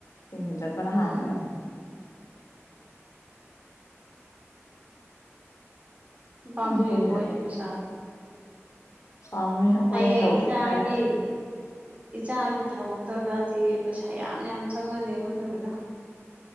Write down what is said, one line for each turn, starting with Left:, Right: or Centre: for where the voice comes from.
Left: ꯇꯤꯟꯊꯤꯟ ꯆꯠꯄꯅ
Right: ꯎꯝ
Left: ꯍꯥꯡꯈ꯭ꯔꯦ
Right: ꯄꯥꯝꯃꯨꯏꯕꯣ
Left: ꯑꯩꯈꯣꯏꯒꯤꯅ
Right: ꯑꯩꯗꯤ ꯄꯩꯁꯥ
Left: ꯄꯥꯝꯃꯨꯏ ꯑꯩꯈꯣꯏꯅ
Right: ꯍꯌꯦꯡ
Left: ꯇꯧ
Right: ꯏꯆꯥꯒꯤ
Left: ꯁꯨꯡꯌꯥ ꯌꯥꯗꯦ
Right: ꯏꯆꯥꯒꯤ ꯊꯕꯛꯇꯒꯗꯤ ꯄꯩꯁꯥ ꯐꯌꯥꯝꯅ ꯌꯥꯝ ꯆꯪꯉꯅꯦꯕ ꯊꯣꯏꯕꯤꯅ